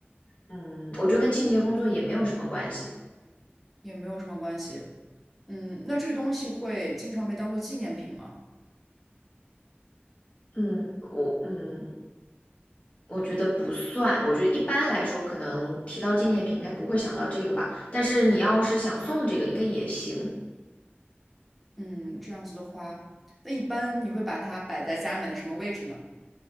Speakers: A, on the left (about 30°); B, in the centre.
A: 嗯，我觉得跟清洁工作也没有什么关系。
B: 也没有什么关系。嗯，那这个东西会经常被当做纪念品吗？
A: 嗯，我嗯，我觉得不算。我觉得一般来说，可能提到纪念品应该不会想到这个吧。但是你要是想送这个，应该也行。
B: 嗯，这样子的话，那一般你会把它摆在家里面的什么位置呢？